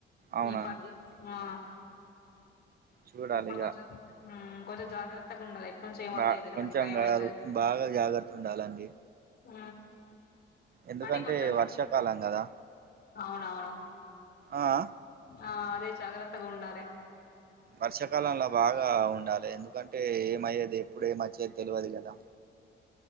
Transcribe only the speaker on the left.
ఈ పది
ఆ
ఇప్పుడు
కొంచెం మ్ కొంచం జాగ్రత్తగా ఉండాలే ఎటు నుంచి ఏమొత్తయో
తెలవది
భయంమయితది
మ్
అంటే కొంచెం
అవునవును
ఆ అదే జాగ్రత్తగ ఉండాలే